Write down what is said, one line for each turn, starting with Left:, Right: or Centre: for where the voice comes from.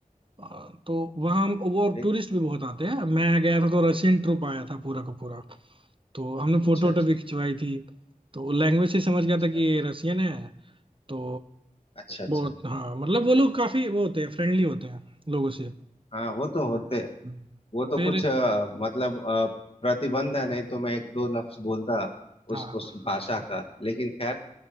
Right: अ, तो वहाँ वो
Left: ठीक
Right: टूरिस्ट भी बहुत आते हैं मैं गया था तो रशियन ट्रुप आया था पूरा का पूरा तो हमने
Left: अच्छा
Right: फोटो वोटो
Left: अच्छा
Right: भी खिंचवाई थी तो लैंग्वेज से समझ गया
Left: अच्छा
Right: था कि ये रशियन है तो
Left: अच्छा अच्छा
Right: बहुत हाँ मतलब वो लोग काफी वो होते हैं फ्रेंडली होते हैं लोगों से
Left: हाँ वो तो होते
Right: हम्म।
Left: वो तो
Right: फिर
Left: कुछ अ, मतलब अ, प्रतिबंध है नहीं तो मैं एक दो लफ्ज बोलता
Right: हाँ
Left: उस उस भाषा का लेकिन खैर